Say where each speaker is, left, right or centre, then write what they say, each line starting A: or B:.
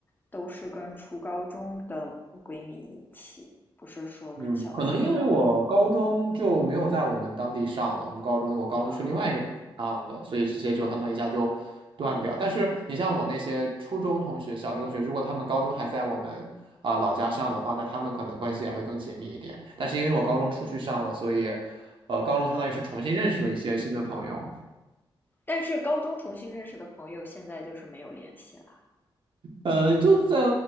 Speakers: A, on the left; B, on the right.
A: 都是跟初高中的闺蜜一起，不是说跟小学的朋友
B: 嗯，可能因为我高中就没有在我们当地上了，我们高中我高中去另外一个城市上的，
A: 啊。
B: 所以这些就相当于一下就断掉。但是你像我那些初中同学、小学同学，如果他们高中还在我们啊、老家上的话，那他们可能关系也会更紧密一点。但是因为我高中出去上了，所以呃，高中相当于是重新认识了一些新的朋友。
A: 但是高中重新认识的朋友，现在就是没有联系了，
B: 呃，就在